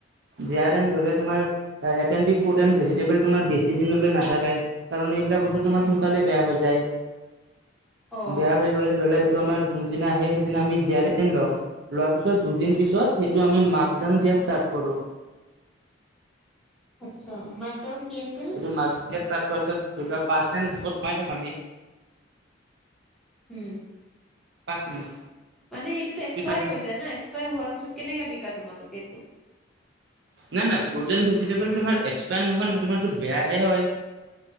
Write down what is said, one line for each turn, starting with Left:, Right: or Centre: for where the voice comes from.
Right: জী‌ আৰ এন ধৰি লোৱা তোমাৰ এপেনডি <unintelligible> ফুড এনড ভেজিটেবল তোমাৰ বেছি দিনলৈ নাথাকে কাৰণ এইবিলাক বস্তু তোমাৰ
Centre: উম
Right: সোনকালে বেয়া হৈ যায় <unintelligible>
Centre: অ
Right: বেয়া হৈ গলে ধৰি লোৱা এইটো আমাৰ যোনদিনা আহে সেইদিনা আমি জী আৰ এন লও <unintelligible> লোৱাৰ পিছত দুদিন
Centre: আচ্ছা
Right: পিছত সেইটো আমি মাৰ্ক ডাউন
Centre: উম
Right: দিয়া ষ্টাৰ্ট কৰো
Centre: আচ্ছা মাকডাউন কি আছিল
Right: এইটো মাকডাউন ষ্টাৰ্ট কৰছত ধা মাৰ্চেণ্ট যত সমাই থাকো আমি
Centre: উম
Right: পাঁচ মিনিট
Centre: মানে সেইটোতো এক্সপায়াৰ
Right: নাই
Centre: হৈ যায় ন এক্সপায়াৰ হোৱাৰ পিছত কেনেকে বিকা তোমালোকে এইটো <unintelligible>
Right: নাই নাই ফ্ৰুট এণ্ড ভেজিটেবল তোমাৰ এক্সপায়াৰ নহয় নহয় তোমাৰতো বেয়াহে হয় <unintelligible>